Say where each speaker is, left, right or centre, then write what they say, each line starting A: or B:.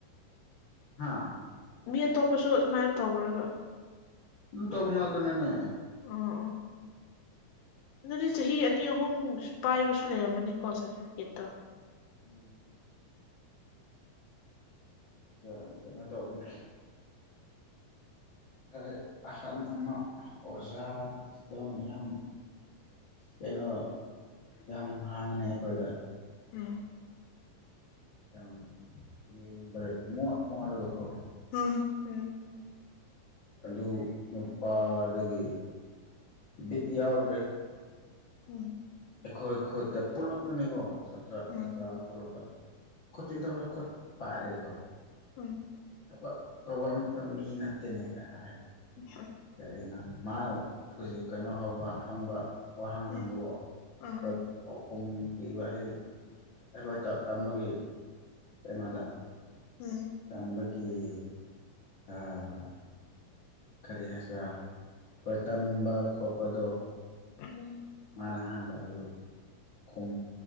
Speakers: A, on the left (about 60°); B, on the left (about 85°).
A: ꯍꯥꯥ
B: ꯃꯤ ꯑꯇꯣꯞꯄꯁꯨ ꯑꯗꯨꯃꯥꯏꯅ ꯇꯧꯕ꯭ꯔꯕ
A: ꯅꯗꯨꯝ ꯇꯧꯕ ꯉꯥꯛꯇꯅꯤꯅꯦ
B: ꯎꯝ ꯑ ꯑꯗꯨꯗꯤ ꯆꯍꯤ ꯑꯅꯤ ꯑꯍꯨꯝ ꯄꯥꯏꯕꯁꯨ ꯂꯩꯔꯝꯃꯅꯤꯀꯣ ꯁꯥꯔꯇꯤꯐꯤꯀꯦꯠꯇꯣ
A: ꯎꯝ ꯌꯥ ꯀꯩꯅꯣ ꯇꯧꯕꯅꯦ ꯉꯁꯥꯏ ꯑꯍꯟ ꯑꯃ ꯑꯣꯖꯥꯗꯧꯅ ꯌꯥꯝ ꯑ ꯀꯩꯅꯣ ꯌꯥꯝ ꯍꯥꯡꯅꯦ ꯑꯩꯈꯣꯏꯗ
B: ꯎꯝ
A: ꯌꯥꯝ ꯌꯦꯡꯕꯗ ꯃꯣꯠ ꯃꯣꯠꯂꯒꯀꯣ
B: ꯎꯝ ꯎꯝ
A: ꯑꯗꯨ ꯅꯨꯄꯥꯗꯒꯤ ꯕꯤꯠ ꯌꯥꯎꯗ꯭ꯔꯦ
B: ꯎꯝ
A: ꯑꯩꯈꯣꯏ ꯈꯨꯠꯇ ꯄꯨꯂꯞꯅꯅꯤꯀꯣꯇ꯭ꯔ
B: ꯎꯝ
A: ꯁꯥꯇ꯭ꯔ ꯂꯞ ꯈꯣꯠꯇꯤꯡꯣꯠꯄꯥꯏ ꯍꯥꯏꯔꯒꯦꯀꯣꯣꯏ
B: ꯎꯝ
A: ꯊꯕꯛ ꯇꯧꯕ ꯑꯝꯇ ꯃꯤ ꯅꯠꯇꯦꯅꯦꯒ ꯍꯥꯏ
B: <unintelligible>
A: ꯀꯔꯤꯅꯣ ꯃꯥꯅ ꯄꯨ ꯀꯩꯅꯣ ꯍꯧꯕ ꯍꯪꯕ ꯋꯥꯍꯪ
B: ꯎꯝ
A: ꯍꯪꯕꯒ‌ꯣ
B: ꯑꯥ
A: <inaudible>
B: ꯑꯥ
A: ꯄꯥꯎꯈꯨꯝ ꯄꯤꯕ ꯍꯥꯏꯗꯤ ꯑꯩꯈꯣꯏ ꯇꯝ ꯇꯝꯕꯒꯤ ꯀꯩꯅꯣꯗ
B: ꯎꯝ
A: ꯇꯝꯕꯒꯤ ꯑꯥ ꯀꯔꯤ ꯍꯥꯏꯁꯤꯔꯥ ꯍ‌ꯣꯏ ꯇꯝꯕ ꯈꯣꯠꯄꯗꯣ
B: <unintelligible>
A: ꯃꯥꯅ ꯍꯥꯡꯕ ꯑꯗꯨ ꯈꯨꯝ